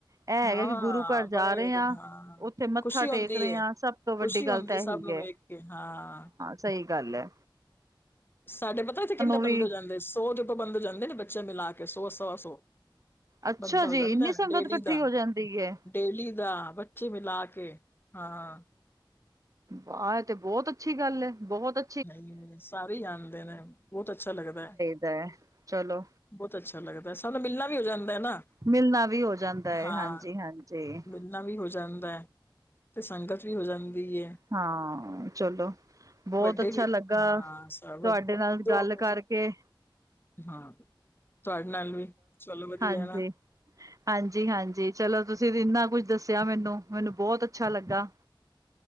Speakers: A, on the right (about 40°); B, on the left (about 25°).
A: ਐ ਹੈ
B: ਹਾਂ
A: ਗਾ ਕੀ ਗੁਰੂ ਘਰ ਜਾ
B: ਬੜੇ
A: ਰੇ ਆਂ,
B: ਹਾਂ
A: ਉੱਥੇ ਮੱਥਾ
B: ਖੁਸ਼ੀ ਹੁੰਦੀ
A: ਟੇਕ ਰੇ
B: ਏ
A: ਆਂ ਸਭ ਤੋਂ ਵੱਡੀ
B: ਖੁਸ਼ੀ
A: ਗੱਲ
B: ਹੁੰਦੀ
A: ਤਾਂ ਐਹੀ
B: ਸਭ ਨੂੰ
A: ਹੈ।
B: ਵੇਖ ਕੇ ਹਾਂ।
A: ਸਈ ਗੱਲ ਐ।
B: ਸਾਡੇ ਪਤਾ ਏਥੇ ਕਿੰਨੇ
A: ਵੀ
B: ਬੰਦੇ ਜਾਂਦੇ, ਸੌ ਜਪ ਬੰਦੇ ਜਾਂਦੇ ਨੇ ਬੱਚੇ ਮਿਲਾ ਕੇ ਸੌ ਸਵਾ ਸੌ।
A: ਅੱਛਾ
B: ਬੰਦਾ
A: ਜੀ
B: ਹੋ ਜਾਂਦਾ
A: ਏਨੀ ਸੰਗਤ
B: ਡੇਲੀ
A: ਕੱਠੀ
B: ਦਾ
A: ਹੋ ਜਾਂਦੀ ਐ।
B: ਡੇਲੀ ਦਾ, ਬੱਚੇ ਮਿਲਾ ਕੇ ਹਾਂ।
A: ਵਾਹ ਏ ਤੇ ਬੋਤ ਅੱਛੀ ਗੱਲ ਏ ਬੋਤ ਅ
B: ਨਈ ਸਾਰੇ ਈ ਆਂਦੇ ਨੇ, ਬੋਤ ਅੱਛਾ ਲੱਗਦਾ ਐ।
A: ਐ ਚਲੋ।
B: ਬੋਤ ਅੱਛਾ ਲੱਗਦਾ, ਸਾਡਾ ਮਿਲਣਾ ਵੀ ਹੋ ਜਾਂਦਾ ਨਾ।
A: ਮਿਲਣਾ ਵੀ ਹੋ ਜਾਂਦਾ ਐ,
B: ਹਾਂ
A: ਹਾਂਜੀ ਹਾਂਜੀ।
B: ਮਿਲਣਾ ਵੀ ਹੋ ਜਾਂਦਾ ਹੈ। ਤੇ ਸੰਗਤ ਵੀ ਹੋ ਜਾਂਦੀ ਐ।
A: ਹਾਂ ਚਲੋ ਬਹੁਤ
B: ਵੱਡੇ
A: ਅੱਛਾ
B: ਵੀ
A: ਲੱਗਾ
B: ਹਾਂ ਸਭ
A: ਤੁਹਾਡੇ
B: ਇਕੋ
A: ਨਾਲ
B: ਦੋ
A: ਗੱਲ
B: <unintelligible>
A: ਕਰਕੇ
B: ਹਾਂ ਤੁਹਾਡੇ ਨਾਲ ਵੀ ਚਲੋ ਵਧੀਆ
A: ਹਾਂਜੀ
B: ਨਾ
A: ਹਾਂਜੀ ਹਾਂਜੀ ਚਲੋ ਤੁਸੀਂ ਇੰਨਾ ਕੁਝ ਦੱਸਿਆ ਮੈਨੂੰ ਮੈਨੂੰ ਬਹੁਤ ਅੱਛਾ ਲੱਗਾ